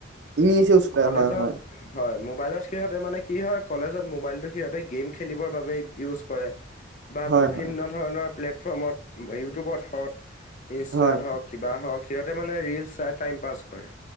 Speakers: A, on the right (about 65°); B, on the left (about 40°).
A: মিছ উইজ কৰে
B: কলেজত
A: হয় হয়।
B: হয়, মোবাইলত সিহঁতে মানে কি হয় কলেজত মোবাইলটো সিহঁতে গেম খেলিবৰ বাবে ইউজ কৰে। বা
A: হয়
B: বিভিন্ন
A: হয়
B: ধৰণৰ প্লেটফৰ্মত ইউটিউবত হওকজ ইনষ্টাত
A: হয়
B: হওক, কিবা হওক সিহঁতে মানে ৰিল চাই টাইম পাছ কৰে।